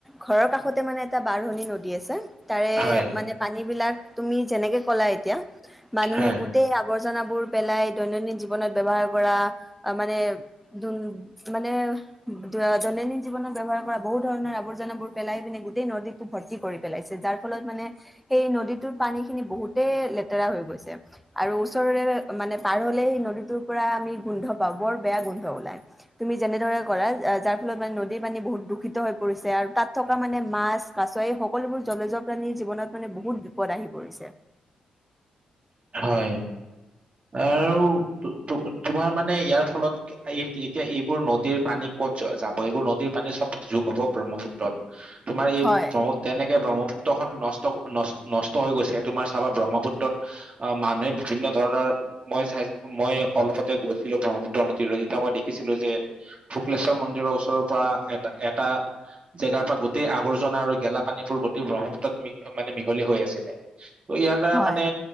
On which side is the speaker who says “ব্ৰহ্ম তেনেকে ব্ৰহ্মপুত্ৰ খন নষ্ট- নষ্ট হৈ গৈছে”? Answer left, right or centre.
Right